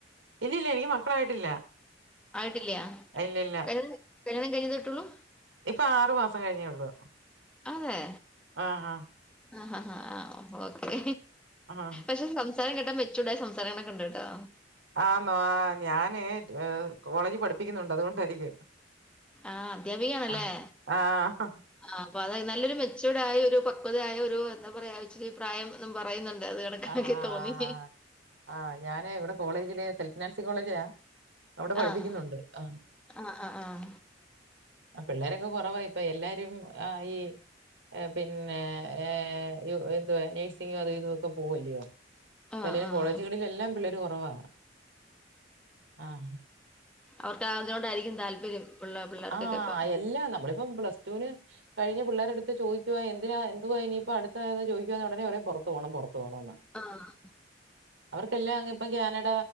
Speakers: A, on the right; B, in the centre.
A: ഇല്യ ഇല്യ എനിക്ക് മക്കളായിട്ടില്ല
B: ആയിട്ടില്ല
A: ഇല്ലില്ല.
B: കല്യാ കല്യാണം കഴിഞ്ഞട്ടുള്ളൂ.
A: ഇപ്പൊ ആറു മാസം കഴിഞ്ഞേള്ളൂ.
B: അതെ.
A: ആഹഹാ
B: ആഹ്ഹഹ ആ ഓക്കേ.
A: ആഹ്
B: പക്ഷെ സംസാരം കേട്ടാ മെച്ചുർഡ് ആയ സംസാരങ്ങളൊക്കെണ്ട് കേട്ടോ.
A: ആന്നോ ഞാന് കോളേജ് പഠിപ്പിക്കുന്നുണ്ട്. അതുകൊണ്ടായിരിക്കും.
B: ആ അദ്ധ്യാപിക ആണല്ലേ?
A: ആഹ് ആഹ്
B: ആ് അപ്പ അത് നല്ലൊരു മെചോർഡയ ഒരു പക്വതയായ ഒരു എന്താ പറയാ ഇച്ചിരി പ്രായം പറയുന്നുണ്ട് അത്. കണക്കാക്കി
A: ആ ആ
B: തോന്നി
A: ആ് ആ ആ് ഞാന് ഇവിടെ കോളേജില് സെൽഫ് ഫിനാൻസ് കോളേജില അവിടെ പഠിപ്പിക്കുന്നുണ്ട്
B: ആഹ്
A: ആഹ്.
B: ആഹ് ആഹ് ആഹ്
A: ആ പിള്ളേരൊക്കെ കുറവായി ഇപ്പൊ എല്ലാരും ആ ഈ ആ പിന്നെ <unintelligible> ന്തുവാ നേഴ്സിംഗും അതു ഇതു പോവല്ലയോ
B: ആഹ്
A: പല
B: ആഹ്
A: കോളേജുകളിലെല്ലാം പിള്ളേർ കെറവാ. ആഹ്.
B: അവർക്ക് ആതിനോടായിരിക്കും താല്പര്യം. പിള്ള പിള്ളേർക്കൊക്കെ
A: ആഹ
B: ഇപ്പൊ
A: അല്ലാ നമ്മളിപ്പം പ്ലസ്ടുന് കഴിഞ്ഞ പിള്ളേരടുത്ത് ചോദിക്കുവാ എന്തിനാ എന്തുവാ ഇനിപ്പോ അടുത്തായത് ചോദിക്കവാന്ന് ഉടനെറയും പൊറത്ത് പോണം പൊറത്ത് പോണംന്ന്.
B: ആഹ്.
A: അവർക്കെല്ലാം അങ് ഇപ്പം കാനഡ